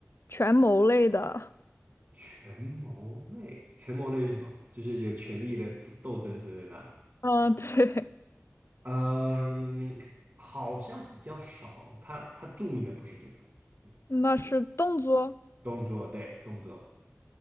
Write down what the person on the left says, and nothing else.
权谋类的，
嗯、对，
<laughs> 那是动作。